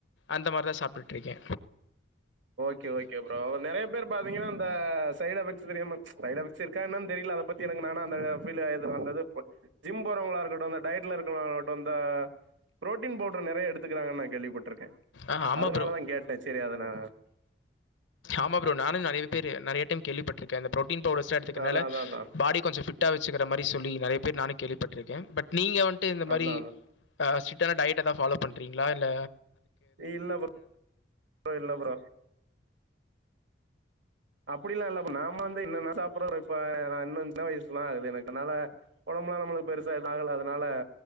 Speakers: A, on the left; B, on the right.
A: அந்த மாறி தா சாப்ட்டிருக்கே
B: ஓக்கே ஓக்கே ப்ரோ நெறய பேர் பாத்திங்கன்னா அந்த சைட் எஃபெக்ட்ஸ் தெரியாம சைட் எஃபெக்ட்ஸ் இருக்கா என்னனு தெரியல அதப் எனக்கு நானா அந்த ஃபீல் இது அந்தது ஜிம் போறவங்களா இருக்கட்டு இந்த டயட்ல இருக்குங்களா இருக்கட்டு அந்த ப்ரோடீன் பவுடர் நெறய எடுத்துக்கறாங்கன்னு நா கேள்விபட்ருக்கே
A: ஆ ஆமாம்
B: அதனாலதா
A: ப்ரோ
B: கேட்டே சரி அத நா
A: ஆமா ப்ரோ நானு நெறய பேரு நெறய டைம் கேள்விபட்ருக்கே இந்த ப்ரோட்டீன் பவ்டர்ஸ்லா எடுத்துக்கறனால
B: அதா அதா அதா
A: பாடி கொஞ்ச ஃபிட் ட்டா வச்சுக்கற மாறி சொல்லி நெறய பேர் நானு கேள்விபட்ருக்கே பட் நீங்க வந் டு இந்த மாறி
B: அதா அதா
A: ஆ ஸ்டிரிட் ஆன டயட்டதா ஃபாலோ பண்றீங்ளா இல்ல
B: இல்ல ப இல்ல ப்ரோ அப்படிலா இல்ல ப்ரோ நாம வந்து என்னன்ன சாப்பிடுற இப்ப நான் சின்ன வயசு தா ஆகுது எனக்கு அதனால உட டம்பலா நம்ளுக்கு பெருசா எது ஆகல அதனால